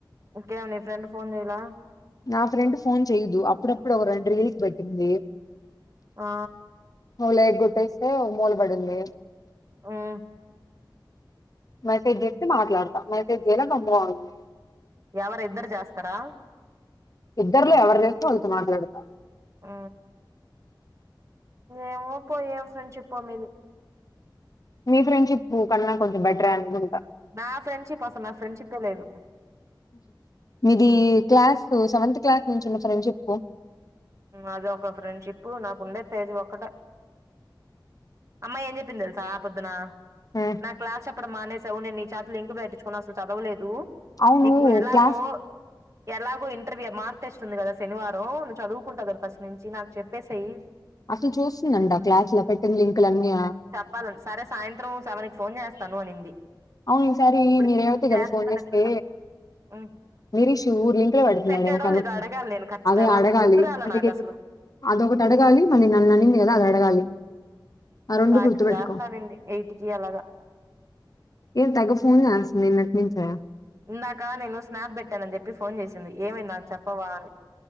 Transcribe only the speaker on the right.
ఇంకేం నీ ఫ్రెండ్ ఫోన్ చేయ్యాలా?
ఆ
మ్
ఎవరు ఇద్దరు చేస్తారా?
మ్ ఏమో పో ఏమి ఫ్రెండ్షిపో మీది.
నా ఫ్రెండ్షిప్ అసలు నా ఫ్రెండ్షిపే లేదు.
అది ఒక ఫ్రెండ్షిప్. నాకు ఉండే తేజ్ ఒక్కడే. అమ్మాయి ఏం చెప్పింది తెలుసా పొద్దున.
నా క్లాస్ చెప్పడం మానేసావు. నేను నీ చేత లింక్ పెట్టించుకున్నా అసలు చదవలేదు.
నీకు ఎలాగో
ఎలాగో ఇంటర్వ్యూ మార్క్స్ ఏస్తుంది కదా శనివారం నువ్వు చదువు కుంటావు కదా ఫస్ట్ నుంచి నాకు చెప్పేసెయ్.
ఇవ్వాల సరే సాయంత్రం సెవన్ కి ఫోన్ చేస్తాను అనింది.
ఇప్పుడు
చేస్తదో
లేదో హ్మ్
పెట్టాడో
లేదో అడగాలి నేను ఖచ్చితంగా
రాత్రి
గుర్తురాలే
నాకు అసలు.
సాయంత్రం
చేస్తానండి ఎయిట్కిి అలాగా.
ఇందాక నేను స్నాప్ పెట్టాను అని చెప్పి ఫోన్ చేసింది. ఏమైంది నాకు చెప్పవా అని